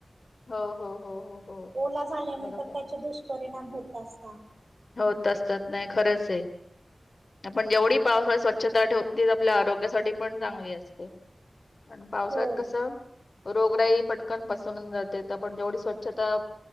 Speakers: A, on the left; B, on the right.
A: हो हो हो हो
B: ओला झाल्यानंतर
A: बरोबर
B: त्याचे दुष्परिणाम होत असता
A: होत असतात नाही खरंच आहे आपण जेवढी पावसात स्वच्छता ठेवतो ती आपल्या आरोग्यासाठी पण चांगली असते पण पावसाळ्यात
B: हो
A: कसं रोगराई पटकन पसरून जाते पण जेवढी स्वच्छता